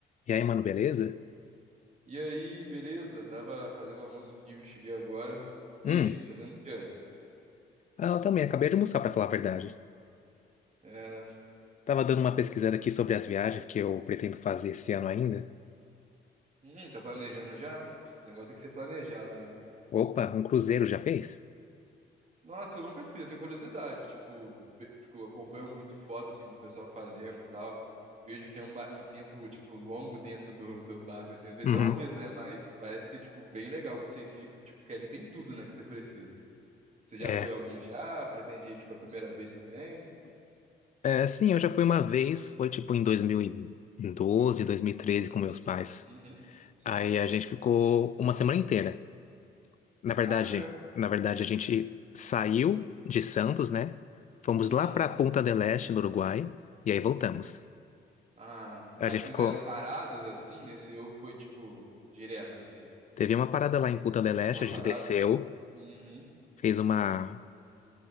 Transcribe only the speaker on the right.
E aí, beleza? Tava fazendo almoço aqui, eu cheguei agora. E
aí, tá fazendo o quê?
É, né?
Hum, tá planejando já? Esse negócio tem que ser planejado, né?
Nossa, eu nunca fiz, eu tenho curiosidade. Tipo, be- fico, acompanho muito foto, assim, do pessoal fazendo e tal. Vejo que é uma- um tempo, tipo, longo dentro do, do barco, assim. Às vezes
dá um medo, né? Mas parece ser, tipo, bem legal que você fica. Tipo, que ali tem tudo, né? Que você precisa. Você já
foi algum já? Pretende, ir, tipo, a primeira vez também?
Uhum. Sim.
Caraca.
Uhum.
Ah,
aí
vocês
fizeram paradas assim nesse ou foi tipo direto assim?
Ou
Uma
parada?
Uhum.